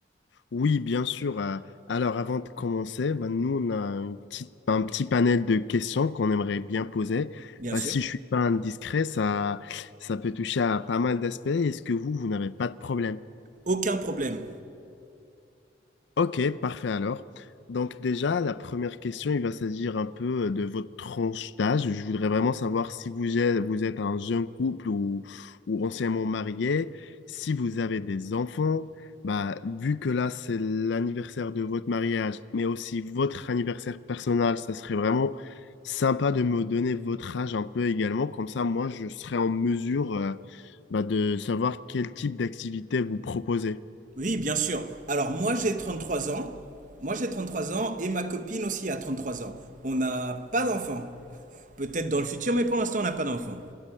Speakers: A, on the left; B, on the right.
A: Oui, bien sûr. euh, alors, avant de commencer, ben, nous, on a un petit, un petit panel de questions qu'on aimerait bien poser.
B: Bien
A: Ben,
B: sûr.
A: si je suis pas indiscret, ça, ça peut toucher à pas mal d'aspects. Est-ce que vous, vous n'avez pas de problème?
B: Aucun problème.
A: Ok, parfait alors. Donc déjà, la première question, il va s'agir un peu euh, de votre tranche d'âge. Je voudrais vraiment savoir si vous êtes, vous êtes un jeune couple ou, ou anciennement marié, si vous avez des enfants. Bah, vu que là, c'est l'anniversaire de votre mariage, mais aussi votre anniversaire personnel, ça serait vraiment sympa de me donner votre âge un peu également. Comme ça, moi, je serai en mesure, euh, bah, de savoir quel type d'activité vous proposez.
B: Oui, bien sûr. Alors moi j'ai 33 ans. Moi j'ai 33 ans et ma copine aussi a 33 ans. On n'a pas d'enfant. Peut-être dans le futur, mais pour l'instant on n'a pas d'enfant.